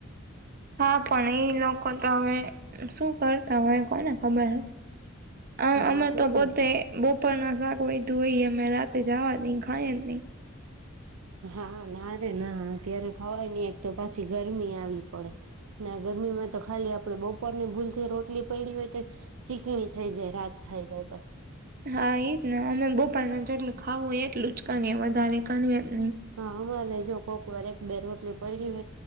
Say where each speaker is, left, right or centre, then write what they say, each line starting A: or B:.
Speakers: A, on the right; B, on the right.
A: હા પણ એ લોકો તો હવે શું કરતા હોય કોઈને ખબર. આમ
B: હા
A: અમે
B: એટલે
A: તો
B: જ ને
A: બધે બપર ના શાક વાધું હોય મે રાતે જવા નઈ ખાઈ જ નહી.
B: હા ના ર ના અત્યારે ખવાય એક તો પાછી ગરમી આવી પડે, ગરમીમાં તો ખાલી આપડે બપોરની ભૂલથી રોટલી પડી હોય તો, ચીકણી થઈ જાય રાત થાય તો તો.
A: હા એજ ને અમે બપાર ને જેટલું ખાવું હોય એટલું જ કરીએ વધારે કરી
B: હા મહારજ જો કોકવાર એક બે રોટલી પલી વ